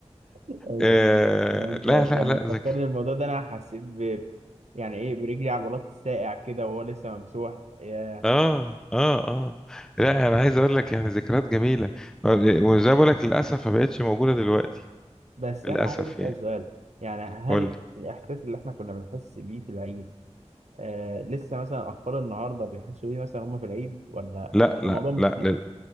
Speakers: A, on the right (about 75°); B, in the centre.
A: ال-
B: آه
A: يعني انت
B: لا
A: لما
B: لا لا
A: تفكرني
B: ذكر
A: الموضوع ده انا حسيت ب يعني ايه برجلي على عضلات الساقع كده وهو لسه ممسوح يا
B: اه اه اه لا انا عايز اقول لك يعني ذكريات جميله وزي ما بقول لك للاسف ما بقتش موجوده دلوقتي
A: بس
B: للاسف
A: انا عايز اسال
B: يعني
A: سؤال يعني هل
B: قول لي.
A: الاحساس اللي احنا كنا بنحس بيه في العيد آه لسه مثلا اطفال النهارده بيحسوا بيه مثلا هم في العيد ولا
B: لا
A: ولا
B: لا
A: الموضوع مختلف؟
B: لا لل...